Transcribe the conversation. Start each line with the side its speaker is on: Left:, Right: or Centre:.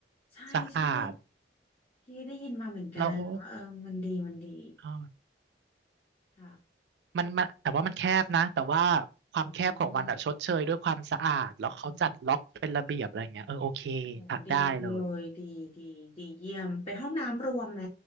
Left: ใช่ใช่
Right: สะอาด
Left: พี่ได้ยินมาเหมือนกันว่าเออมันดีมันดี
Right: แล้วเอ่า
Left: ค่ะ
Right: มันมันแต่ว่ามันแคบนะแต่ว่าความแคบของมันอะชดเชยด้วยความสะอาดแล้วเขาจัดล็อกเป็นระเบียบอะไรเงี้ยเออโอเคพักได้เลย
Left: อืมโอ้ดีเลยดีดีดีเยี่ยมเป็นห้องน้ำรวมไหม